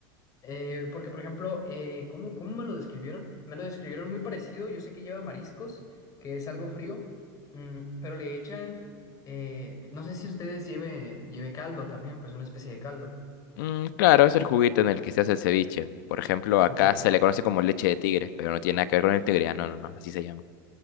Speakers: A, on the left; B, on the left.
A: Eh, porque, por ejemplo, eh, ¿cómo, cómo me lo describieron? Me lo describieron muy parecido. Yo sé que lleva mariscos, que es algo frío, mm, pero le echan, eh, no sé si ustedes lleve, lleve caldo también, pues una especie de caldo.
B: Mm, claro, es el juguito en el que se hace el ceviche. Por ejemplo, acá
A: Ok,
B: se le conoce como leche de tigre, pero no tiene nada que ver con el tigre. Ah, no, no, no, así se llama.